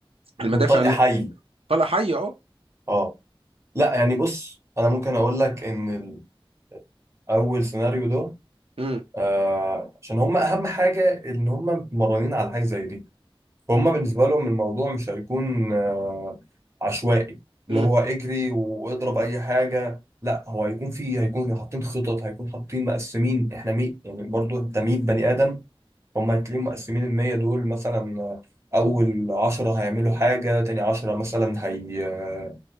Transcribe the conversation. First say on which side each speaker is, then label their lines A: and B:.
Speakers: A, on the right; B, on the right.
A: المدافع
B: وطلق
A: الن-
B: حي
A: طلقه حيه اه
B: اه لا يعني بص أنا ممكن أقول لك إن ال- أول سيناريو ده
A: امم
B: آه عشان هم أهم حاجة إن هم متمرنين على حاجة زي دي فهم بالنسبة لهم الموضوع مش هيكون آه، عشوائي اللي
A: امم
B: هو اجري واضرب اي حاجة لا هو هيكون فيه هيكون حاطين خطط هيكون حاطين مقسمين احنا مي يعني برضو انت 100 بني ادم هم هتلاقيهم مقسمين ال 100 دول مثلا آه، اول 10 هيعملوا حاجة تاني 10 مثلا هي آه،